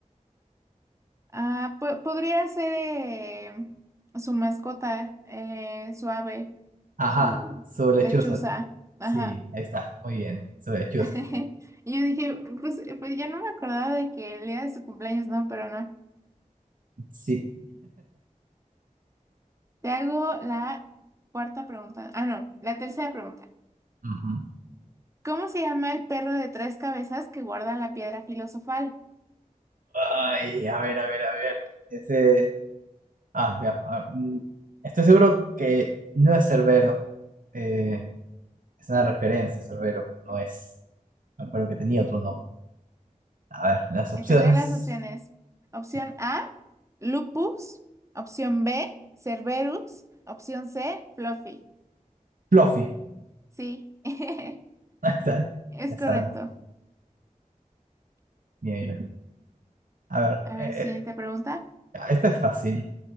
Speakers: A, on the right; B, on the right.
A: Ah, po- podría ser eh, su mascota, eh, su ave,
B: Ajá,
A: su
B: su lechuza.
A: lechuza.
B: Sí,
A: Ajá.
B: ahí está, muy bien, su lechuza.
A: <laughs> Y yo dije, pues, pues ya no me acordaba de que el día de su cumpleaños, no, pero no.
B: Sí.
A: Te hago la cuarta pregunta. Ah, no, la tercera pregunta.
B: ujú.
A: ¿Cómo se llama el perro de tres cabezas que guarda la piedra filosofal?
B: Ay, a ver, a ver, a ver. Ese... Ah, vea, ah, mm, estoy seguro que no es Cerbero. eh, es una referencia a Cerbero, no es. Me acuerdo que tenía otro nombre. A ver, las opciones.
A: Eh, Te doy las opciones. Opción
B: sí,
A: A, Lupus. Opción B, Cerberus. Opción C, Fluffy.
B: Fluffy.
A: Sí, <laughs>
B: <laughs> Ahí está, ¿eh?
A: es
B: Ya saben,
A: correcto.
B: mi nivel. A ver,
A: A
B: eh,
A: ver, siguiente
B: eh,
A: pregunta.
B: esta es fácil.